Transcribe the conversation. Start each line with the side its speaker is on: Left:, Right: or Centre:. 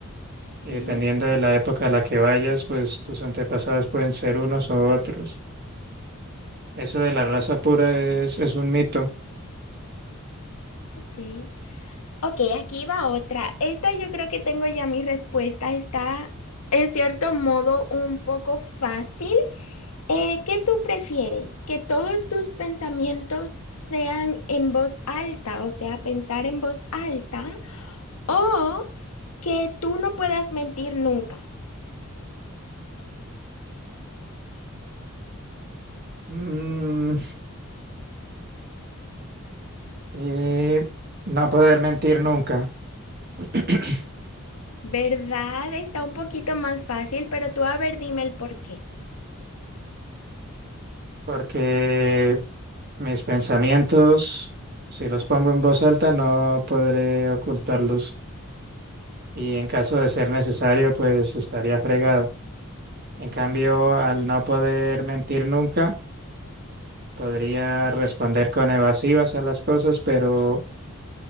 Left: Sí,
Right: Y dependiendo de la época a la que vayas, pues tus antepasados pueden ser unos u otros. Eso de la raza pura es, es un mito.
Left: ok. Ok, aquí va otra. Esta yo creo que tengo ya mi respuesta. Está en cierto modo un poco fácil. Eh, ¿qué tú prefieres? ¿Que todos tus pensamientos sean en voz alta, o sea, pensar en voz alta, o que tú no puedas mentir nunca?
Right: Mm, y no poder mentir nunca, <clears throat>
Left: ¿Verdad? Está un poquito más fácil, pero tú a ver, dime el porqué.
Right: porque mis pensamientos, si los pongo en voz alta, no podré ocultarlos. Y en caso de ser necesario, pues estaría fregado. En cambio, al no poder mentir nunca, podría responder con evasivas a las cosas, pero